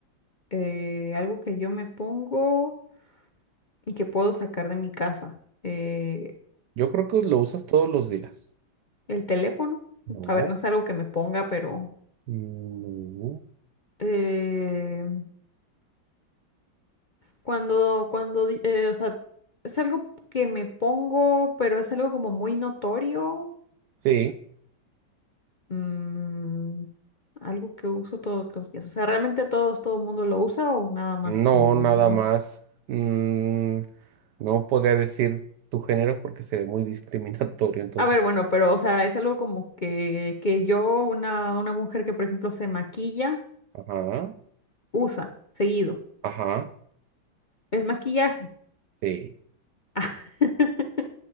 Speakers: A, on the left; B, on the right.
A: eh, algo que yo me pongo y que puedo sacar de mi casa. Eh,
B: Yo creo que lo usas todos los días.
A: el teléfono,
B: No.
A: a ver, no es algo que me ponga, pero
B: No.
A: eh, cuando, cuando, di- eh, o sea, es algo que me pongo, pero es algo como muy notorio
B: Sí,
A: Mm, algo que uso todos los días. O sea, ¿realmente todos, todo el mundo lo usa o nada más
B: no,
A: como
B: nada
A: un...
B: más. Mm, no podría decir tu género porque sería muy discriminatorio, entonces.
A: A ver, bueno, pero o sea, es algo como que, que yo, una, una mujer que por ejemplo se maquilla,
B: Ajá,
A: usa seguido.
B: ajá.
A: Es maquillaje.
B: Sí.
A: <laughs>